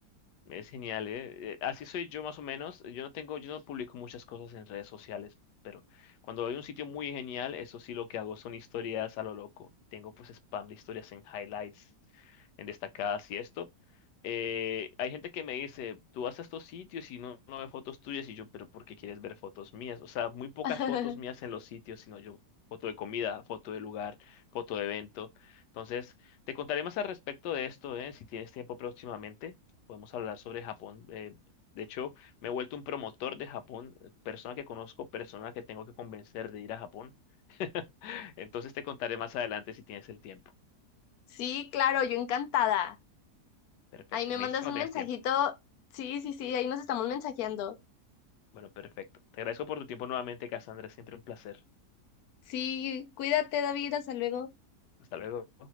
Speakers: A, on the left (about 90°); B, on the left (about 70°).
A: Es genial, ¿eh? Eh, Así soy yo más o menos. Yo no tengo, yo no publico muchas cosas en redes sociales, pero cuando hay un sitio muy genial, eso sí lo que hago son historias a lo loco. Y tengo pues spam de historias en highlights, en destacadas y esto. Eh, hay gente que me dice, tú vas a estos sitios y no, no ve fotos tuyas y yo, pero ¿por qué quieres ver fotos mías? O sea, muy pocas
B: <laughs>
A: fotos mías en los sitios, sino yo, foto de comida, foto de lugar, foto de evento. Entonces, te contaré más al respecto de esto, ¿eh? Si tienes tiempo próximamente podemos hablar sobre Japón. eh, de hecho, me he vuelto un promotor de Japón, eh, persona que conozco, persona que tengo que convencer de ir a Japón. <laughs> Entonces te contaré más adelante si tienes el tiempo.
B: Sí, claro, yo encantada.
A: Perfecto.
B: Ahí me
A: Me
B: mandas
A: dices cuando
B: un
A: tengas
B: mensajito.
A: tiempo.
B: Sí, sí, sí, ahí nos estamos mensajeando.
A: Bueno, perfecto. Te agradezco por tu tiempo nuevamente, Cassandra. Es siempre un placer.
B: Sí, cuídate, David, hasta luego.
A: Hasta luego.